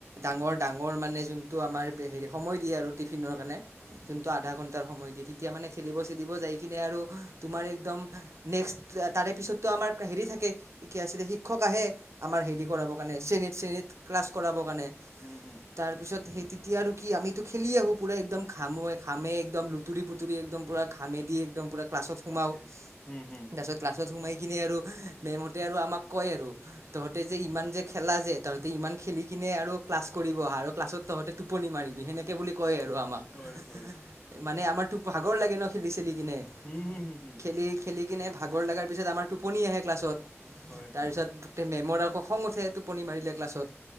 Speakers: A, on the right; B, on the left.
A: ডাঙৰ-ডাঙৰ মানে যোনটো আমাৰ হেৰি সময় দিয়ে আৰু টিফিনৰ কাৰণে যোনটো আধা ঘণ্টাৰ সময় দিয়ে তেতিয়া মানে খেলিব চেলিব যাই কিনে আৰু তোমাৰ একদম নেক্সট তাৰে পিছততো আমাৰ হেৰি থাকে <unintelligible> আছিলে শিক্ষক আহে আমাৰ হেৰি কৰাবৰ কাৰণে শ্ৰেণীত-শ্ৰেণীত ক্লাছ কৰাবৰ কাৰণে।
B: উম, হম।
A: তাৰপিছত সেই তেতিয়া আৰু কি আমিতো খেলি আহোঁ পুৰা একদম ঘামে একদম লুতুৰি পুতুৰি একদম পুৰা। ঘামেদি একদম পূৰা ক্লাছত সোমাওঁ
B: তাকে। হুম, হুম।
A: তাৰপিছত ক্লাছত সোমাই কিনে আৰু মেমহতে আৰু আমাক কয় আৰু তহতে যে ইমান যে খেলা যে ত তে ইমান খেলি কিনে আৰু ক্লাছ কৰিব আহা আৰু ক্লাছত তহঁতে টুপনি মাৰিবি সেনে তে বুলি কয় আৰু আমাক
B: হয়, হয়।
A: মানে আমাৰতো ভাগৰ লাগে ন খেলি চেলি কিনে
B: হুম - হুম - হুম - হুম।
A: খেলি খেলি কিনে ভাগৰ লগাৰ পিছত আমাৰ টোপনি আহে ক্লাছত
B: হয়,
A: তাৰপিছত
B: হয়।
A: মেমৰ আক খং উঠে টোপনি মাৰিলে ক্লাছত